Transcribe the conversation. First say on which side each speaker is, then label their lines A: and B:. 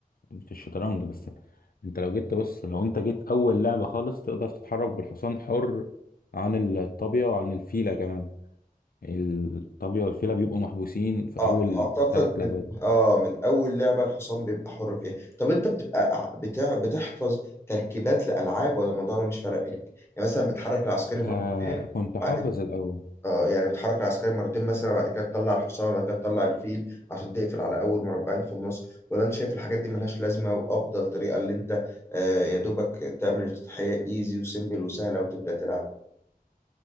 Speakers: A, on the left; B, on the left.
A: في الشطرنج بس انت لو جيت تبص لو انت جيت اول لعبة خالص تقدر تتحرك بالحصان حر عن الطابية وعن الفيلة كمان الطابية والفيلة بيبقوا محبوسين في
B: اه
A: اول
B: اعتقد
A: ثلاث
B: من
A: لعبات
B: اه من اول لعبه الحصان بيبقى حر فيها طب انت بتبقى ع- بتاع بتحفظ تركيبات لالعاب ولا الموضوع ده مش فارق لك يعني مثلا بتحرك العسكري مرتين
A: آه كنت حافظ
B: بعد
A: الاول
B: اه يعني بتحرك العسكري مرتين مثلا بعد كده تطلع الحصان بعد كده تطلع الفيل عشان تقفل على اول مربعين في النص ولا انت شايف الحاجات دي ملهاش لازمه وافضل طريقه اللي انت آه يا دوبك تعمل افتتاحيه ايزي وسيمبل وسهله وتبدا تلعب